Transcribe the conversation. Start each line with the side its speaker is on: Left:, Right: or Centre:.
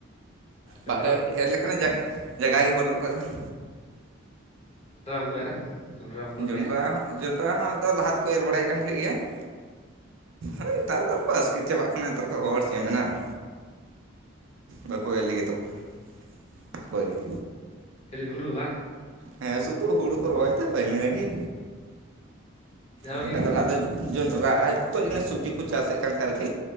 Left: ᱟᱨ ᱡᱚᱱᱰᱨᱟ
Right: ᱵᱟᱴᱷ ᱮ-ᱮᱨ ᱞᱮᱠᱟᱱᱟᱜ ᱡᱟᱜ ᱡᱟᱭᱜᱟ ᱜᱮ ᱵᱟᱹᱱᱩᱜ ᱠᱟᱫᱟ ᱾
Left: ᱡᱚᱸᱱᱰᱨᱟ ᱦᱚᱠᱚ ᱮᱨᱟ? ᱡᱚᱱᱰᱨᱟ ᱵᱟᱠᱚ
Right: ᱡᱚᱸᱱᱰᱨᱟ
Left: ᱨᱚᱦᱚᱭᱟ
Right: ᱦᱚᱸ ᱡᱚᱸᱱᱰᱨᱟ ᱦᱚᱸ ᱟᱫᱚ ᱞᱟᱦᱟ ᱛᱮᱠᱚ ᱮᱨ ᱵᱟᱲᱟᱭᱮᱜ ᱠᱟᱱ ᱛᱟᱦᱮᱸᱫ ᱜᱮᱭᱟ ᱾ ᱦᱳᱭ ᱛᱟᱨ ᱯᱚᱨᱮ ᱠᱚ ᱟᱥᱠᱮᱛ ᱪᱟᱵᱟᱜ ᱠᱟᱱᱟ ᱱᱮᱛᱟᱨ ᱠᱚ ᱦᱚᱲ ᱪᱮᱫ ᱢᱮᱱᱟ ᱾ ᱵᱟᱠᱚ ᱮᱨ ᱞᱟᱹᱜᱤᱛᱚᱜ ᱠᱟᱱᱟ ᱾ ᱦᱳᱭ,
Left: ᱠᱷᱟᱹᱞᱤ ᱦᱩᱲᱩ ᱵᱟᱝ
Right: ᱦᱮᱸ ᱥᱩᱫᱷᱩ ᱦᱩᱲᱩ ᱠᱚ ᱨᱚᱦᱚᱭᱫᱟ ᱛᱚ ᱤᱱᱟᱸ ᱜᱮ,
Left: ᱢᱤᱫ ᱫᱷᱟᱣ
Right: ᱵᱟᱠᱷᱟᱡ
Left: ᱜᱮ
Right: ᱫᱚ ᱞᱟ ᱫᱚ ᱡᱚᱸᱱᱰᱨᱟᱭ ᱛᱚᱜ ᱡᱤᱱᱤᱥ ᱥᱚᱵᱽᱡᱤ ᱠᱚ ᱪᱟᱥᱮᱜ ᱠᱟᱱ ᱛᱟᱦᱮᱸ ᱟᱨᱠᱤ,